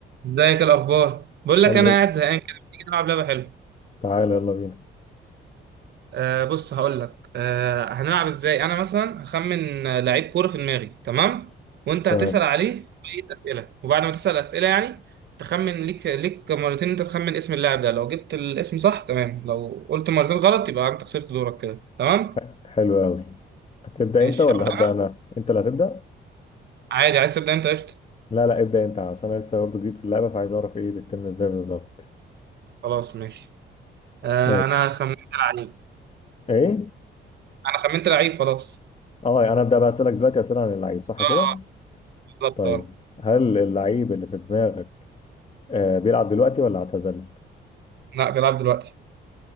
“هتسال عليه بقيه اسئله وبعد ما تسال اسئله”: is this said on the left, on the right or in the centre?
Right